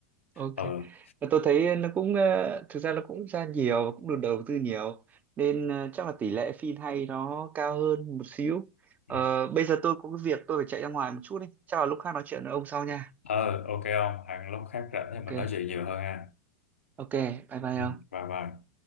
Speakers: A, on the right; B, on the left.
A: ok.
B: ừ
A: Và tôi thấy nó cũng, ờ, thực ra nó cũng ra nhiều, cũng được đầu tư nhiều. Nên ờ, chắc là tỷ lệ phim hay nó cao hơn một xíu. Ờ,
B: ừ
A: bây giờ tôi có cái việc tôi phải chạy ra ngoài một chút đi. Chắc là lúc khác nói chuyện với ông sau nha.
B: Ờ, ok không Hàn lúc khác rảnh thì
A: Ok,
B: mình nói chuyện nhiều hơn ha
A: ok, bye bye
B: ừ
A: ông.
B: bye bye